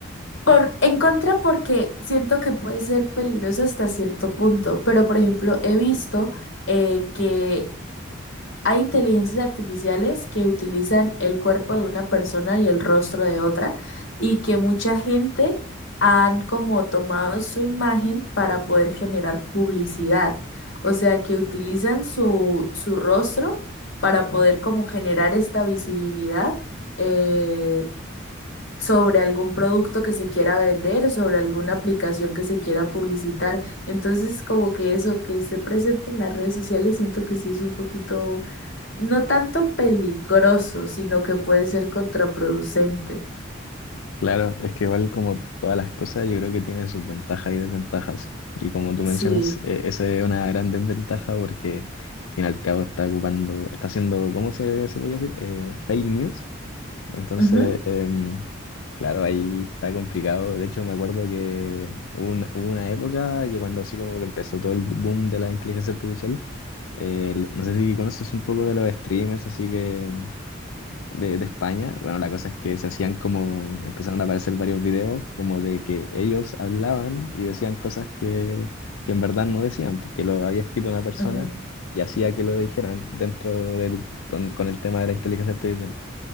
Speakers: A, on the left; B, on the left.
A: Por, en contra porque siento que puede ser peligroso hasta cierto punto, pero por ejemplo he visto eh, que hay inteligencias artificiales que utilizan el cuerpo de una persona y el rostro de otra y que mucha gente han como tomado su imagen para poder generar publicidad. O sea, que utilizan su, su rostro para poder como generar esta visibilidad. eh, sobre algún producto que se quiera vender, sobre alguna aplicación que se quiera publicitar. Entonces, como que eso que esté presente en las redes sociales, siento que sí es un poquito, no tanto peligroso, sino que puede ser contraproducente.
B: Claro, es que igual como todas las cosas, yo creo que tiene sus ventajas y desventajas. Y como tú mencionas,
A: Sí.
B: eh, esa es una gran desventaja porque al fin y al cabo está ocupando, está haciendo, ¿cómo se, se podría decir? Eh, fake news. Entonces,
A: Ujú,
B: em, claro, ahí está complicado. De hecho, me acuerdo que hubo una, hubo una época que cuando así como que empezó todo el boom de la inteligencia artificial, eh, no sé si conoces un poco de los streamers, así que de, de España. Bueno, la cosa es que se hacían como, empezaron a aparecer varios videos como de que ellos hablaban y decían cosas que, que en verdad no decían, porque lo había escrito una persona
A: ujú.
B: y hacía que lo dijeran dentro del, con, con el tema de la inteligencia artificial.